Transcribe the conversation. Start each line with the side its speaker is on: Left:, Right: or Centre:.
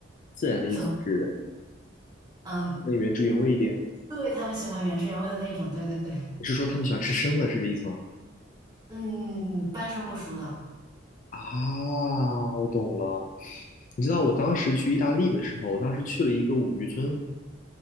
Left: 自然的意思是
Right: 怎么，嗯，
Left: 那原汁原味一点。
Right: 对，他们喜欢原汁原味的那种，对对对，
Left: 你是说他们喜欢吃生的，是这意思吗？
Right: 嗯，半生不熟的，
Left: 啊，我懂了。你知道我当时去意大利的时候，我当时去了一个五渔村，